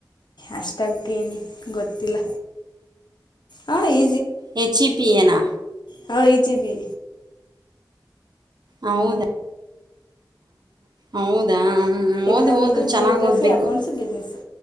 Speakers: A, on the left; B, on the right.
A: ಅಷ್ಟಾಗಿೇನ್ ಗೊತ್ತಿಲ್ಲ ಹ ಈ
B: ಹೆಚ್ ಇ ಪಿಿಯನಾ
A: ಹೌ ಇಜಿವಿ
B: ಹೌದಾ ಹೌದಾ ಹ್ಮ
A: ಎಕನಾಮಿಕ್ಕು
B: ಓದು ಓದು
A: ಜಿಯೋಗ್ರಫಿ
B: ಚೆನ್ನಾಗಿ ಓದ್ಬೇಕು
A: ಅಕೌಂಟ್ಸು ಬಿಸ್ನೆಸ್ಸು